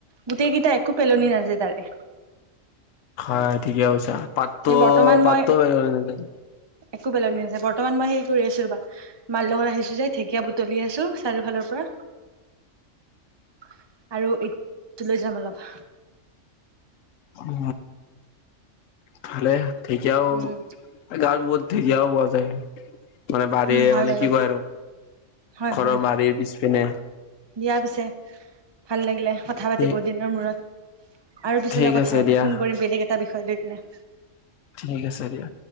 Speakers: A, on the right; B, on the left.
A: গোটেইকেইটা একো পেলনি নাযায় তাৰে।
B: হয় ঠিকে কৈছা পাতো,
A: এই বৰ্তমান
B: পাতটো
A: মই
B: পেলনি নাযায়।
A: একো পেলনী নাযায় বৰ্তমান মই হেই কৰি আছো ৰ বা মাৰ লগত আহিছো যে ঢেকীয়া বুলি আছো চাৰিওফালৰ পৰা। <unintelligible> আৰু এ, লৈ যাম অলপ।
B: উ, ভালে আও
A: উম
B: গাওঁত বহুত ধেকীয়া অ,। পোৱা যায় মানে বাহীয়ে
A: উম হয়
B: মানে
A: বাৰু
B: কি কয় আৰু।
A: হয়,
B: ঘৰৰ
A: হয়,
B: বাৰীৰ পিছপিনে
A: দিয়া পিছে। ভাল লাগিলে, কথা পাতি
B: ঠিক
A: বহুত দিনৰ মূৰত। আৰু পিছলৈ
B: ঠিক
A: কথা
B: আছে
A: পাতিম
B: দিয়া
A: ফোন কৰিম বেলেগ এটা বিষয় লৈ কিনে।
B: ঠিক আছে দিয়া।